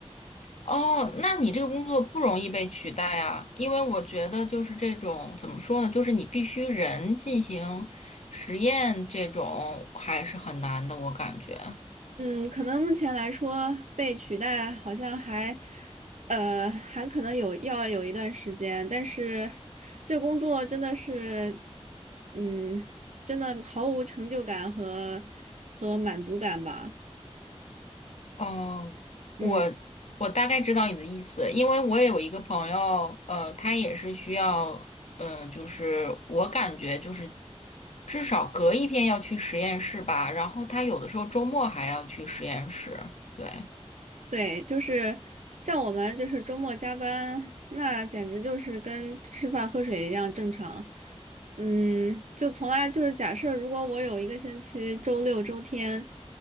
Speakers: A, on the left; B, on the right.
A: 哦，那你这个工作不容易被取代啊，因为我觉得就是这种怎么说呢，就是你必须人进行实验，这种还是很难的，我感觉。
B: 嗯，可能目前来说被取代好像还，呃，还可能有要有一段时间，但是这工作真的是，嗯，真的毫无成就感和和满足感吧。
A: 哦，
B: 嗯。
A: 我我大概知道你的意思，因为我也有一个朋友，呃，他也是需要，呃，就是我感觉就是至少隔一天要去实验室吧，然后他有的时候周末还要去实验室，对。
B: 对，就是像我们就是周末加班，那简直就是跟吃饭喝水一样正常。嗯，就从来就是假设，如果我有一个星期周六周天，